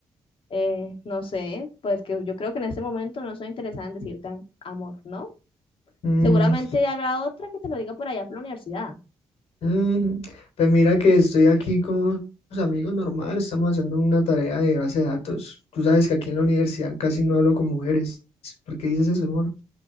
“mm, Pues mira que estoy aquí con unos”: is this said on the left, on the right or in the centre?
Left